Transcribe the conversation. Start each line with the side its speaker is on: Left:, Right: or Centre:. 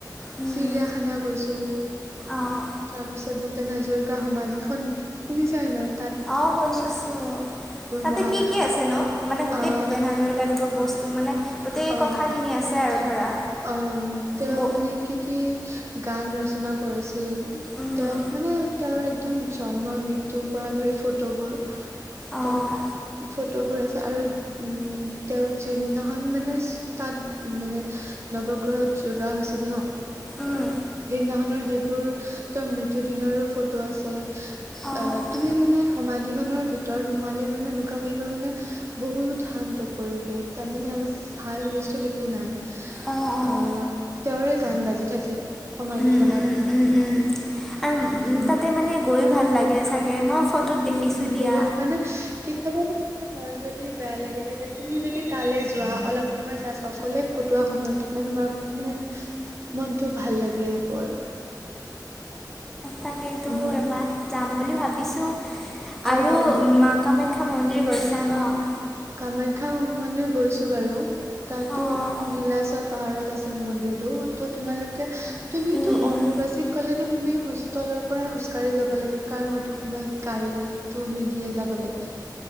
Centre: উম,
Right: চিৰিয়াখানা গৈছোঁ
Centre: অঁ
Right: তাৰপিছত ভূপেন হাজৰিকা সমাধিখন শুনি চাই নহঁ
Centre: অ শুনিছো তাতে
Right: মহা
Centre: কি কি আছে নো মানে গোটেই
Right: আহ
Centre: ভূপেন হাজৰিকা দেৱৰ বহুত মানে গোটেই
Right: অ
Centre: কথা খিনি আছে আৰু ধৰা
Right: অ তেওঁ
Centre: ব
Right: মানে কি কি গান ৰচনা কৰিছিল
Centre: উম
Right: তেওঁক মানে তেওঁৰ একদম জন্মৰ মৃত্যুৰ পৰা ধৰি ফটোবোৰ
Centre: অঁ
Right: তাত ফটো ফটোবোৰ আছে আৰু উম তেওঁক যিদিনাখন মানে তাত মানে নৱগ্ৰহত জ্বলোৱা হৈছিল নহ
Centre: উম
Right: সেইদিনাখনৰ সেইবোৰ তাৰ মৃত্যু দিনৰো ফটো আছে
Centre: অঁ
Right: অ তুমি মানে সমা গিখনৰ ভিতৰত সোমালে মানে এনেকুৱা লাগিব মানে বহুত শান্ত পৰিৱেশ তাৰ মানে আৰু হাই হুলস্থল একো নাই
Centre: অঁ অঁ
Right: আহ তেওঁৰে গান বাজি থাকে সমাধিখনত
Centre: উম উম উম উম আৰু
Right: উম
Centre: তাতে মানে গৈ ভাল লাগে চাগে মই ফটোত
Right: উম
Centre: দেখিছোঁ
Right: উম
Centre: দিয়া
Right: বহুত মানে কি তোমাৰ মন যদি বেয়া লাগি থাকে তুমি যদি তালে যোৱা অলপ সময় তাত অকলে কটোৱা সময়ত মানে তোমাৰ মানে মনটো ভাল লাগি যাব আৰু
Centre: তাকেইটো
Right: উম
Centre: এবাৰ যাম বুলি ভাবিছো
Right: অ'
Centre: আৰু
Right: অ'
Centre: মা কামাখ্যা মন্দিৰ গৈছা নহঁ
Right: কামাখ্যা মন্দিৰ গৈছো বাৰু তাতো
Centre: অঁ
Right: নীলাচল পাহাৰত আছে মন্দিৰটো ত' তোমালোকে তুমিতো
Centre: উম উম
Right: অম্বুবাচীত গ'লেতো তুমি হোচতেলৰ পৰাই খোজকাঢ়ি যাব লাগে কাৰণ সেইটো সময়ত গাড়ীটো নিদিয়ে যাবলৈ